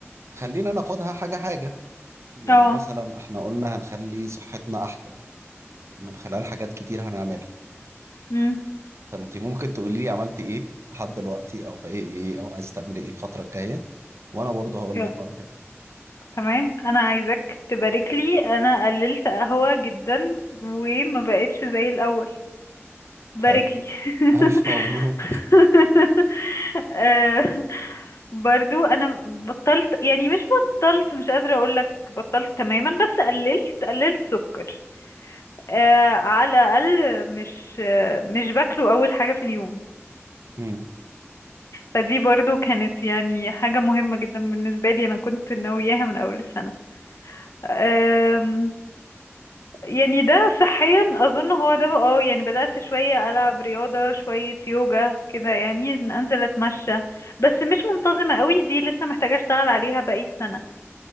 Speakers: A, on the right; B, on the left.
A: خلينا ناخدها حاجة حاجة يعني
B: اه
A: مثلا احنا قلنا هنخلي صحتنا احسن من خلال حاجات كتير هنعملها
B: امم
A: فانت ممكن تقولي لي عملت ايه لحد دلوقتي او بقى ايه ايه او عايز تعملي ايه الفترة الجاية وانا برضه هقول
B: يا-
A: لك بعد كده
B: تمام انا عايزك تبارك لي انا قللت قهوة جدا وما بقتش زي الاول بارك
A: حلو
B: لي
A: <laughs> الف
B: <laughs>
A: مبروك
B: آه، برضو انا بطلت يعني مش بطلت مش قادرة اقولك بطلت تماما بس قللت قللت سكر آه، على الاقل مش آه، مش باكله اول حاجة في اليوم
A: مم.
B: فدي برضو كانت يعني حاجة مهمة جدا بالنسبة لي انا كنت ناوياها من اول السنة أم، يعني ده صحيا اظن هو ده بقى- اه يعني بدأت شوية العب رياضة شوية يوجا كده يعني إن انزل اتمشى بس مش منتظمة قوي دي لسه محتاجة اشتغل عليها باقي السنة